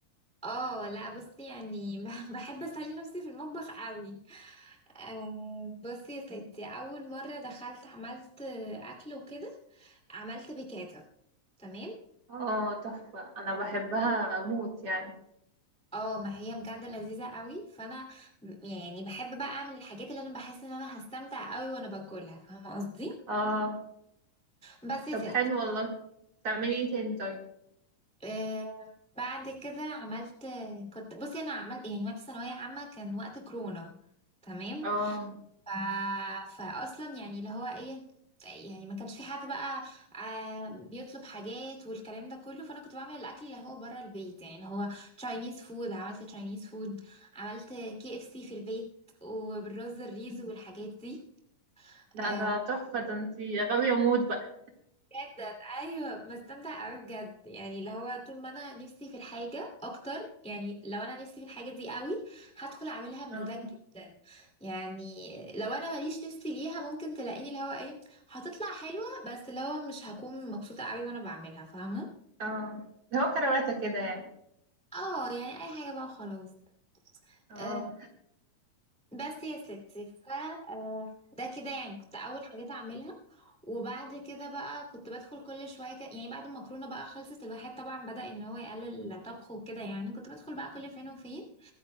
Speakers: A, in the centre; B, on the right.
A: اه لا بصي يعني <laughs> بحب اسلي نفسي في المطبخ قوي آه، بصي يا ستي اول مره دخلت عملت اكل وكده عملت بيكاتا تمام
B: اه تحفة انا بحبها موت يعني
A: اه ما هي بجد لذيذه قوي فانا م- يعني بحب بقى اعمل الحاجات اللي انا بحس ان انا هستمتع قوي وانا باكلها فاهمه قصدي
B: اه
A: بس يا
B: طب
A: ستي
B: حلو والله تعملي ايه تاني طيب
A: آه، بعد كده عملت كنت بصي انا عملت يعني وقت ثانويه عامه كان وقت كورونا تمام
B: اه
A: ف... فاصلا يعني اللي هو ايه يعني ما كانش في حد بقى آه، بيطلب حاجات والكلام ده كله فانا كنت بعمل الاكل اللي هو بره البيت يعني اللي هو تشاينيز فود عملت تشاينيز فود عملت كي اف سي في البيت وبالرز الريز والحاجات دي
B: لا
A: آه،
B: ده تحفة ده انتي غاوية موت بقى
A: جدا ايوه بستمتع قوي بجد يعني اللي هو طول ما انا نفسي في الحاجه اكتر يعني لو انا نفسي في الحاجه دي قوي هدخل اعملها بمزاج
B: اه
A: جدا يعني لو انا ماليش نفسي ليها ممكن تلاقيني اللي هو ايه هتطلع حلوه بس اللي هو مش هكون مبسوطه قوي وانا بعملها فاهمه
B: اه اللي هو كرواتة كده يعني
A: اه يعني اي حاجه بقى وخلاص
B: اه
A: آه، بس يا ستي ف آه، ده كده يعني كنت اول حاجات اعملها وبعد كده بقى كنت بدخل كل شويه كده يعني بعد المكرونه بقى خلصت الواحد طبعا بدأ ان هو يقلل طبخه وكده يعني كنت بدخل بقى كل فين وفين